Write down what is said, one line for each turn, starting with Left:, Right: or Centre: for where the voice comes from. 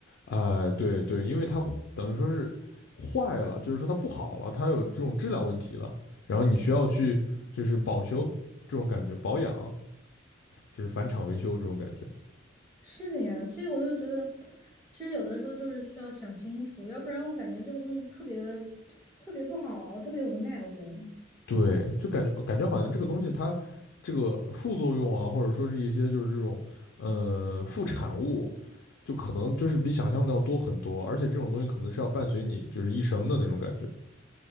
Left: 哎、对对，因为它坏等于说是坏了，就是说它不好了，它有这种质量问题了，然后你需要去就是保修这种感觉，保养就是返厂维修这种感觉。
Centre: 是的呀，所以我就觉得，其实有的时候就是需要想清楚，要不然我感觉这个东西特别特别不好，特别无奈，我觉得。
Left: 对，就感觉感觉好像这个东西它这个副作用啊，或者说是一些就是这种呃副产物，就可能就是比想象的要多很多，而且这种东西可能是要伴随你就是一生的那种感觉